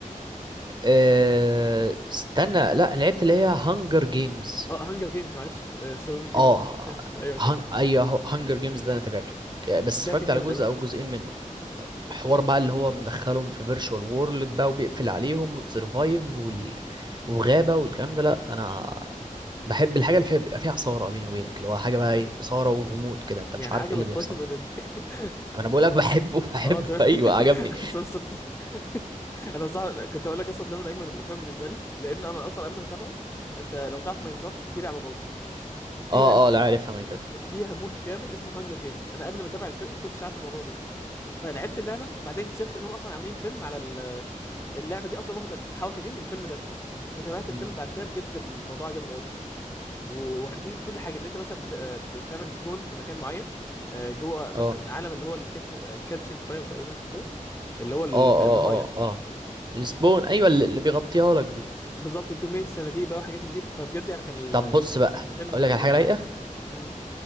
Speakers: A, on the right (about 35°); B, on the left (about 20°).
A: أه... استنى لا لعبت اللي هي هانجر جيمز
B: اه هانجر جيمز معلش سرفايفل جيم
A: اه
B: هانجر ماشي <laughs> ايوه
A: هن...
B: تمام
A: ايوه هانجر جيمز ده انا تابعته آه، بس
B: ده
A: اتفرجت
B: كان
A: على
B: جامد
A: جزء
B: قوي
A: او جزئين منه حوار بقى اللي هو مدخلهم في فيرتشوال وورلد بقى وبيقفل عليهم وتسرفايف وال... وغابة والكلام ده لا انا بحب الحاجة اللي فيها بيبقى فيها إثارة بيني وبينك اللي هو حاجة بقى ايه إثارة وغموض كده انت مش
B: يعني
A: عارف
B: عجبك
A: ايه اللي بيحصل
B: طيب ولا ازاي <laughs>
A: انا بقول لك بحبه <laughs> بحبه
B: اه تمام
A: ايوه عجبني
B: <laughs> أصلاً- أصلاً- <laughs> انا صح كنت هقول لك اصلا ده من اجمل الافلام بالنسبه لي لان انا اصلا قبل ما اتابعه انت لو تعرف
A: مم.
B: ماينكرافت دي لعبه برضه فيها
A: اه اه لا عارفها ماينكرافت
B: فيها مود كامل اسمه هانجر جيمز انا قبل ما اتابع الفيلم ما كنتش عارف الموضوع ده فلعبت اللعبه بعدين اكتشفت انهم اصلا عاملين فيلم على ال- اللعبه دي اصلا واخده الحركه دي من الفيلم ده فتابعت الفيلم
A: مم.
B: بعد كده بجد الموضوع عجبني قوي واخدين كل حاجه ان انت مثلا بت... آه، بتعمل سبون في مكان معين آه، جوه مثلا
A: اه
B: عالم اللي هو الكاتشنج فاير تقريبا اسمه كده اللي هو ال-
A: اه اه
B: في الميه
A: اه اه السبون ايوه اللي اللي بيغطيها لك دي
B: فبالظبط وكميه صناديق بقى وحاجات من دي فبجد يعني كان
A: طب بص بقى
B: الفيلم
A: اقول لك على
B: ممتع
A: حاجة رايقة
B: قوي مم.